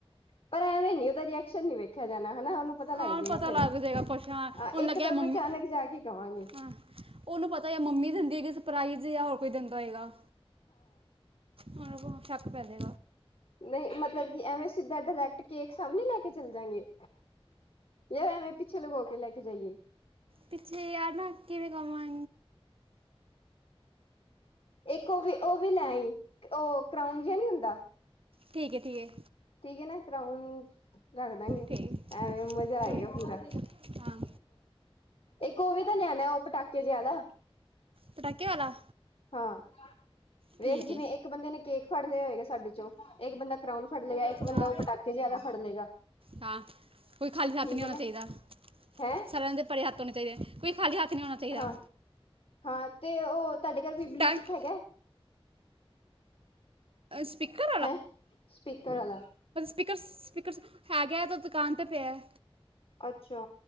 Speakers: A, on the left (about 65°); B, on the right (about 65°).
A: ਪਰ ਐਵੇਂ ਨੀ ਉਹਦਾ ਰਿਏਕ ਸ਼ਨ ਨੀ ਵੇਖਿਆ ਜਾਣਾ ਹੇਨਾ ਉਹਨੂੰ ਪਤਾ ਲੱਗ
B: ਹਾਂ
A: ਜਾਏਗਾ
B: ਪਤਾ
A: ਫੇਰ,
B: ਲੱਗ ਜਾਏਗਾ ਕੁਛ ਹਾਂ
A: ਆ
B: ਉਹਨੂੰ
A: ਇੱਕਦਮ
B: ਲੱਗਿਆ ਮੰਮੀ
A: ਅਚਾਨਕ ਜਾ ਕੇ ਕਵਾਂਗੇ।
B: ਹਾਂ ਉਹਨੂੰ ਪਤਾ ਏ ਮੰਮੀ ਦਿੰਦੀ ਹੈਗੀ ਸਰਪਰਾਾਈਜ਼ ਯਾ ਹੋਰ ਕੋਈ ਦਿੰਦਾ ਹੋਏਗਾ। ਉਹਨੂੰ ਪਾਵੇ ਸ਼ੱਕ ਪੈਜੇ।
A: ਨਈ ਮਤਲਬ ਕਿ ਐਵੇਂ ਸਿੱਧਾ ਡਾਇਰੈਕਟ ਕੇਕ ਸਾਹਮਣੇ ਲੈ ਕੇ ਚੱਲ ਜਾਗੇ? ਯਾ ਵੈਵੇਂ ਪਿੱਛੇ ਲਕੋ ਕੇ ਲੈ ਕੇ ਜਾਈਏ।
B: ਪਿੱਛੇ ਯਾਰ ਨਾ ਕਿਵੇਂ ਕਵਾਂ
A: ਇੱਕ ਉਹ ਵੀ ਉਹ ਵੀ ਲੈ ਆਈ ਉਹ ਕਰਾਊਨ ਜਿਹਾ ਨਹੀਂ ਹੁੰਦਾ।
B: ਠੀਕ ਏ ਠੀਕਏ।
A: ਠੀਕ ਏ ਨਾ ਕਰਾਊਨ ਰੱਖ ਦਾਂਗੇ
B: ਠੀਕ
A: ਐਵੇਂ ਮਜ਼ਾ ਆਏਗਾ
B: ਠੀਕ
A: ਪੂਰਾ।
B: ਹਾਂ
A: ਇੱਕ ਉਹ ਵੀ ਤਾਂ ਲਿਆਨਾ ਉਹ ਪਟਾਕੇ ਜੇ ਆਲਾ।
B: ਪਟਾਕੇ ਵਾਲਾ?
A: ਹਾਂ ਵੇਖ
B: ਠੀਕ
A: ਜਿਵੇਂ
B: ਹੈ
A: ਇੱਕ ਬੰਦੇ ਨੇ ਕੇਕ ਫੜ ਲਿਆ ਹੋਏਗਾ ਸਾਡੇ ਚੋਂ ਇੱਕ ਬੰਦਾ ਕਰਾਊਨ ਫੜ ਲਏਗਾ ਇੱਕ ਬੰਦਾ
B: ਹਾਂ
A: ਉਹ ਪਟਾਕੇ ਜੇ ਆਲਾ ਫੜ ਲਏਗਾ।
B: ਹਾਂ ਕੋਈ ਖਾਲੀ ਹੱਥ
A: ਠੀਕ
B: ਨਹੀਂ
A: ਹੈ
B: ਹੋਣਾ
A: ਨਾ
B: ਚਾਹੀਦਾ
A: ਹੈਂ
B: ਸਾਰਿਆਂ ਦੇ ਪਰੇ ਹੱਥ ਹੋਣੇ ਚਾਹੀਦੇ। ਕੋਈ ਖਾਲੀ ਹੱਥ ਨੀ ਹੋਣਾ ਚਾਹੀਦਾ।
A: ਹਾਂ ਹਾਂ ਤੇ ਉਹ ਤੁਹਾਡੇ ਘਰ ਕੋਈ ਬਲੂਟੂਥ
B: ਟੈਂਟ
A: ਹੈਗਾ?
B: ਸਪੀਕਰ
A: ਹੈਂ ਸਪੀਕਰ ਆਲਾ।
B: ਸਪੀਕਰਸ ਸਪੀਕਰਸ ਹੈਗਾ ਤਾਂ ਦੁਕਾਨ ਤੇ ਪਿਆ।
A: ਅੱਛਾ।